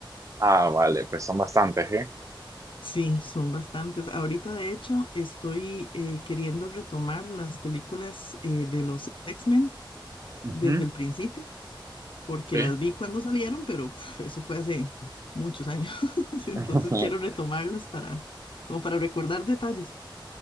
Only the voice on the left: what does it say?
Sí, son bastantes. Ahorita, de hecho, estoy eh, queriendo retomar las películas eh, de los X-Men
desde el principio, porque
las vi cuando salieron, pero pf, eso fue hace muchos años. <laughs> Entonces
quiero retomarlas para, como para recordar detalles.